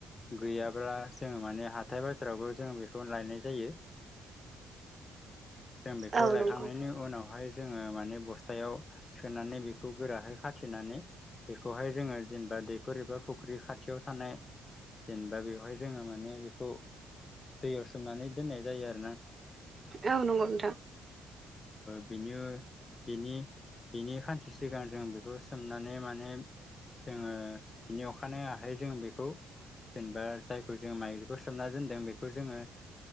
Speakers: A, on the left (about 30°); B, on the right (about 35°).
A: गैयाब्ला जोङो माने हाथाय बाजारावबो जों बेखौ लायनाय जायो जों बेखौ
B: औ
A: लायखांनायनि
B: नंगौ
A: उनावहाय जोङो माने बस्थायाव सोनानै बेखौ गोराहै खाथिनानै बेखौहाय जोङो जेनेबा दैखर एबा फुख्रि खा खाथियाव थानाय जेनेबा बेवहाय जोङो माने बेखौ दैयाव सोमनानै दोननाय जायो आरो
B: औ नंगौ नोंथां।
A: बेनो बेनि बिनि खानसे सिगां जों बेखौ सोमनानै माने जोङो बिनि अखानायै आखाइ जों बेखौ जेनेबा जायखौ जों माइलिखौ सोमना दोनदों बेखौ जोङो